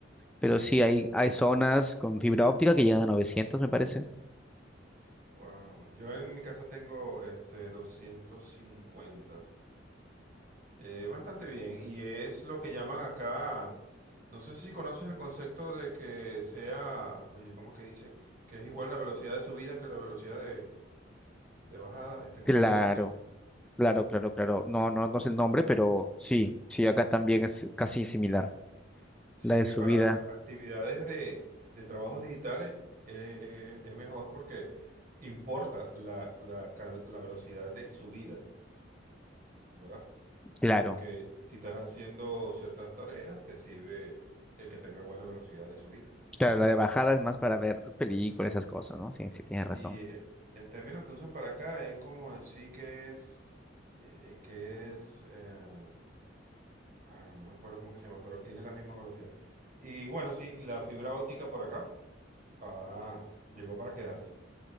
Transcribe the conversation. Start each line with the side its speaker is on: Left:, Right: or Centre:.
Centre: pero sí
Right: Ah,
Centre: hay, hay zonas con fibra óptica que llegan a 900, me parece.
Right: wow. Yo en mi casa tengo este 250. Eh, bastante bien. Y es lo que llaman acá. No sé si conoces el concepto de que sea, oye, ¿cómo es que dice? Que es igual la velocidad de subida que la velocidad de, de bajada. Este, ¿cómo
Centre: Claro,
Right: que se llama eso?
Centre: claro, claro, claro. No,
Right: Eh,
Centre: no, no sé el nombre, pero sí, sí, acá también es casi similar.
Right: Sí,
Centre: La de
Right: que
Centre: subida,
Right: para actividades de, de trabajos digitales eh, eh, es mejor porque importa la, la ca- la velocidad de subida, ¿verdad?
Centre: claro.
Right: Porque si estás haciendo ciertas tareas, te sirve el que tenga buena velocidad de subida.
Centre: Claro, la de bajada es más para ver tus películas, esas cosas, ¿no? Sí, sí, tienes razón.
Right: Y eh, el término que usan para acá es como decir que es, eh, que es, eh, ah, no me acuerdo cómo que se llama, pero tiene la misma velocidad. Y bueno, sí, la fibra óptica por acá, ah, llegó para quedarse.